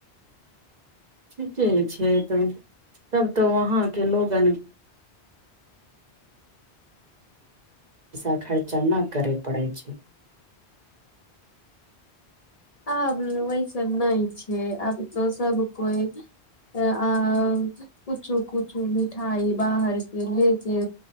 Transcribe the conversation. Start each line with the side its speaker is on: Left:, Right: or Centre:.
Right: ठीके। छै त तब तऽ वहांके लोगन। पैसा खर्चा। जमा करे पड़ै छै।
Left: आब वैसन नहि छैय आब त सब कोइ आ। पुछु कुछ। मिठाइ बाहर के ले के